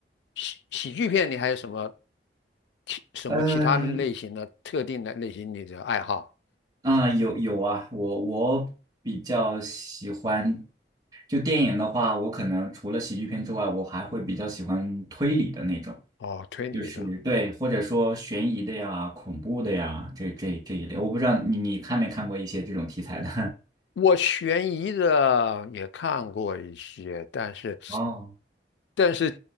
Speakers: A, on the left (about 75°); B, on the right (about 20°).
A: 喜喜剧片，你还有什么其什么其他类型的特定的类型你的爱好？
B: 呃，啊、有有啊，我我比较喜欢，就电影的话，我可能除了喜剧片之外，我还会比较喜欢推理的那种，
A: 哦，推理的
B: 就是对，或者说悬疑的呀、恐怖的呀，这这这一类。我不知道你你看没看过一些这种题材的？
A: 我悬疑的也看过一些，但是，
B: <laughs> 哦，
A: 但是，